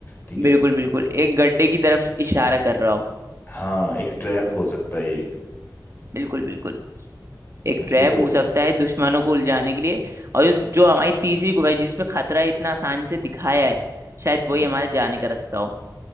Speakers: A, on the left; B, on the right.
A: ठीक है
B: बिल्कुल
A: तो
B: बिल्कुल एक गड्ढे की तरफ इशारा कर रहा हो
A: हाँ एक ट्रैप हो सकता है ये एक
B: बिल्कुल बिल्कुल एक
A: यार
B: ट्रैप
A: ये तो
B: हो सकता है दुश्मनों को उलझाने के लिए और जो जो हमारी तीसरी गुफा है जिसमें खतरा इतना आसानी से दिखाया है शायद वही
A: हम्म,
B: हमारे जाने का रास्ता हो